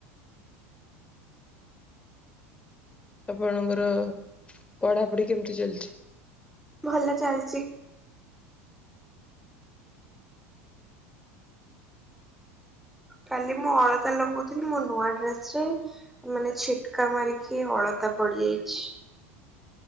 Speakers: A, on the left (about 15°); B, in the centre.
A: ଆପଣଙ୍କର ପଢାପଢି କେମିତି ଚାଲିଚି?
B: ଭଲ ଚାଲିଚି। କାଲି ମୁଁ ଅଳତା ଲଗଉଥିଲି ମୋ ନୂଆ ଡ୍ରେସ ରେ ମାନେ ଛିଟକା ମାରିକି ଅଳତା ପଡିଯାଇଛି।